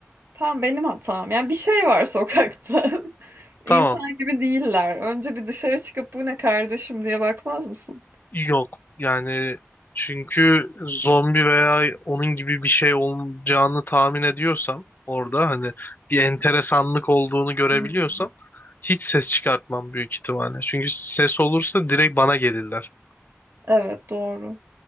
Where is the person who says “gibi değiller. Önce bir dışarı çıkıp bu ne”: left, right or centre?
Right